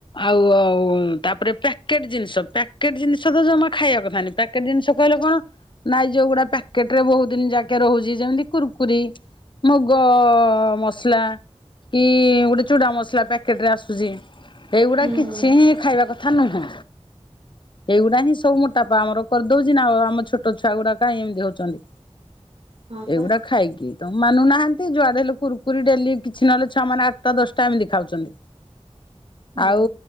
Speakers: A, on the left; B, on the right.
A: ଆଉ ଆଉ ତାପରେ ପ୍ୟାକେଟ୍ ଜିନିଷ ପ୍ୟାକେଟ୍ ଜିନିଷ ତ ଜମା ଖାଇଆ କଥାନି ପ୍ୟାକ୍ ପିକେଟ୍ ଜିନିଷ କହିଲେ କଣ ନାଇଁ ଯୋଉ ଗୁଡା ପ୍ୟାକେଟେ ରେ ବହୁ ଦିନି ଯାକେ ରହୁଚି ଯେମିତି କୁୁର୍ କୁରି ମୁଗ ମସଲା କି ଗୋଟେ ଚୁଡା ମସଲା ପ୍ୟା ପ୍ୟାକେଟେ ରେ ଆସୁଚି ହେଇଗୁଡା
B: ହୁଁ
A: କିଛି ହିଁ ଖାଇବା କଥା ନୁହଁ। ଏଇଗୁଡା ହିଁ ସବୁ ମୋଟା ପା ଆମର କରିଦଉଚି ନା ଆଉ ଆମ ଛୋଟ ଛୁଆ ଗୁଡା କ ଏମିତି ହଉଚନ୍ତି।
B: ହଁ ପା
A: ଏଗୁଡା ଖାଇକି। ତେନ୍ ମାନୁନାହାନ୍ତି ଯୁଆଡେ ହେଲେ କୁରୁକୁରି ଡେଲି କିଛି ନହେଲେ ଛୁଆ ମାନେ ଆଠଟା ଦଶଟା ଏମିତି ଖାଉଚନ୍ତି।
B: ହୁଁ।
A: ଆଉ